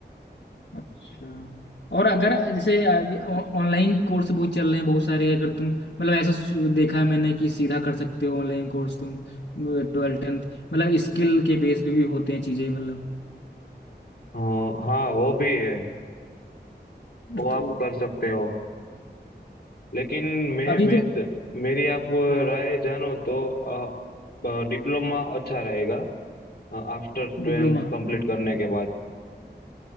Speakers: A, on the left; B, on the left.
A: अच्छा और अगर जैसे अभी ऑनलाइन कोर्स बहुत चल रहे हैं बहुत सारे अगर तुम मतलब ऐसा सु- देखा है मैंने कि सीधा कर सकते हो ऑनलाइन कोर्स तुम ट्वेल्थ टेंथ मतलब स्किल के बेस पे भी होते हैं चीजें मतलब
B: हाँ हाँ वो भी है वो आप
A: तो
B: कर सकते हो लेकिन मैं
A: अभी
B: मैं
A: तो
B: त- मेरी आप वो
A: हाँ
B: राय जानो तो अ, डिप्लोमा अच्छा रहेगा आफ्टर ट्वेल्थ
A: डिप्लोमा
B: कंप्लीट करने के बाद